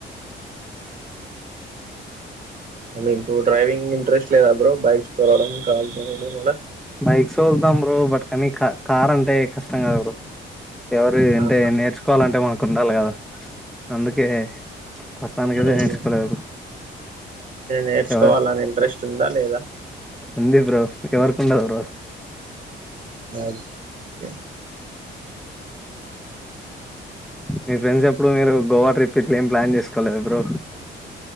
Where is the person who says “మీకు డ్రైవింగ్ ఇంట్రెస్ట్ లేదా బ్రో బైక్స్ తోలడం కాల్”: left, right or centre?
Right